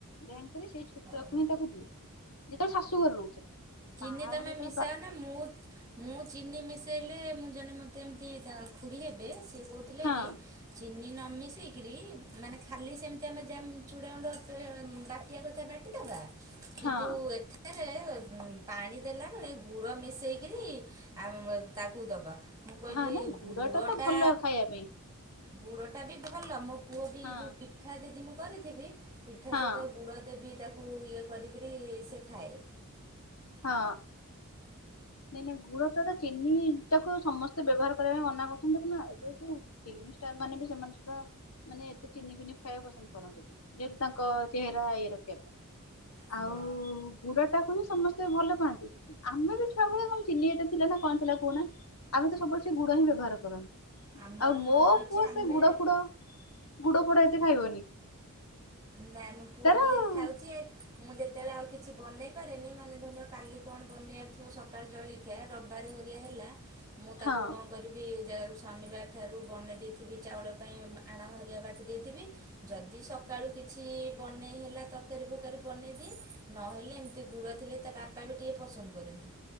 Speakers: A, on the left; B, on the right.
A: ଗ୍ରାଇଣ୍ଡ କରି ସେଇ ଛତୁଆକୁ
B: ହଉ
A: ହିଁ ତାକୁ ଦିଏ। ଯେତେବେଳେ ଶାଶୁ ଘରେ ରହୁଥିଲି।
B: ଚିନି
A: ତାପରେ
B: ତମେ
A: ଯେତେବେଳେ
B: ମିସାଅ
A: ବା
B: ନା ମୁଁ ମୁଁ ଚିନି ମିଶେଇଲେ ମୁଁ ଜଣେ ମତେ ଏମିତି ଖୁୁଡି ଦା ହେବେ ସେ କହୁଥିଲେ
A: ହଁ
B: କି ଚିନି ନ ମିିଶେଇକିରି ମାନେ ଖାଲି ସେମିତି ଆମେ ଯା ଚୁଡ଼ା ଗୁଣ୍ଡ ବାଟିବା କଥା ବାଟିଦେବା। କିନ୍ତୁ
A: ହଁ
B: ଏଥିରେ ପାଣି ଦେଲା ବେଳେ ଗୁଡ଼ ମିଶେଇକିରି ଆ ତାକୁ ଦବା। ମୁଁ କହିଲି
A: ହଁ ନା ଗୁଡ
B: ଗୁଡ଼ଟା
A: ଟା ତ ଭଲ ଖାଇବା ପାଇଁ
B: ଗୁଡ଼ଟା ବି ଭଲ। ମୋ ପୁଅ ବି
A: ହଁ।
B: ଯୋଉ ପିଠା ଯଦି ମୁଁ କରିଥିବି ପିଠା
A: ହଁ
B: ସହିତ ଗୁଡ଼ ଦେବି ତାକୁ ଇଏ କରିକିରି ସେ ଖାଏ।
A: ହଁ। ନାଇଁ ନାଇଁ ଗୁଡ ଟା ତ ଚିନି ଟାକୁ ସମସ୍ତେ ବ୍ୟବହାର କରିବା ପାଇଁ ମନା କରୁଛନ୍ତି। ଦେଖୁନ ଏବେ ଯୋଉ ଫିଲ୍ମଷ୍ଟାର ମାନେ ବି ସେମାନେ ସୁଦ୍ଧା ମାନେ ଏତେ ଚିନି ଫିନି ଖାଇବାକୁ ପସନ୍ଦ କରନ୍ତିନି। ଯେହେତୁ ତାଙ୍କ ଚେହେରା ଇଏ ରଖିବା ପାଇଁ।
B: ହଁ।
A: ଆଉ ଗୁଡ ଟାକୁ ବିି ସମସ୍ତେ କେତେ ଭଲ ପାଆନ୍ତି। ଆମେ ବି ଛୁଆବେଳେ କଣ ଚିନି ଏତେ ଥିଲା ନା କଣ ଥିଲା କହୁନା। ଆମେ ତ ସବୁବେଳେ ସେଇ ଗୁଡ ହିଁ ବ୍ୟବହାର କରୁ।
B: ଆମର
A: ଆଉ ମୋ
B: ମନେ ଅଛି
A: ପୁଅ
B: ଆମେ
A: ସେ ଗୁଡ ଫୁଡ ଗୁଡ ଫୁଡ ଏତେ ଖାଇବନି।
B: ନାଇଁ ମୋ ପୁଅ
A: ତାର
B: ଟିକେ
A: ହଁ
B: ଖାଉଚି। ମୁଁ ଯେତେବେଳେ ଆଉ କିଛି ବନେଇ ପାରେନି, ମାନେ ଧରି ନିଅ କାଲି କଣ ବନେଇବାର ଥିବ ସକାଳୁ ଜଳି ଖିଆ ରବିବାର ହେରିକା ହେଲା ମୁଁ
A: ହଁ
B: ତାକୁ କଣ କରିବି ଶନିବାର ଠାରୁ ବନେଇ ଦେଇଥିବି ଚାଉଳ ପାଇଁ ଆଣ ହେରିଆ ବାଟି ଦେଇଥିବି। ଯଦି ସ କିଛି ବନେଇ ହେଲା ତରକାରୀ ଫରକାରୀ ବନେଇଦିଏ। ନହେଲେ ଏମିତି ଗୁଡ ଥିଲେ ତା ବା ତା ବି ଟିକେ ପସନ୍ଦ କରନ୍ତି।